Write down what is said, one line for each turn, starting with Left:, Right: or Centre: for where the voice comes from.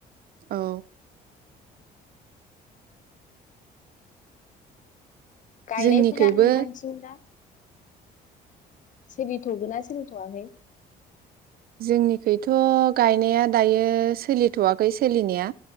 Right: औ
Left: गायनायफोरा
Right: जोंनिखैबो
Left: नोंथांथिं दा सिरिथ'गोन ना सिरिथ'वाखै?
Right: जोंनिखैथ' गायनाया दायो सोलिथ'वाखै सोलिनाया।